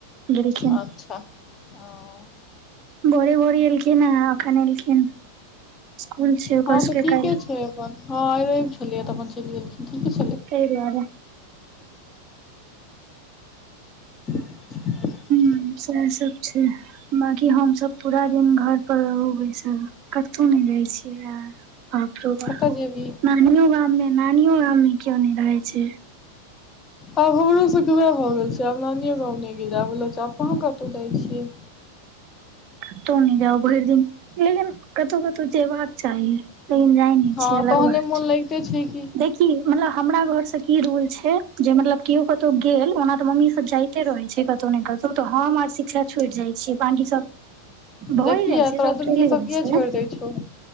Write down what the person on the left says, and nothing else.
अच्छा ह।
हँ
तऽ ठीके
छै अपन, हँ रइव छलियै तऽ अपन चलि गेलखिन ठीके छै।
<unintelligible>
कतऽ
जेबही
आब हमरो सबके वएह भऽ गेल छै, आब नानीयो गांव नइ। आब कहां कतहु जाइ छियै।
हँ
तहने
मोन लगिते छै कि
जे किया
तोरा
दुनू
के
किया
छोड़ि दै छौ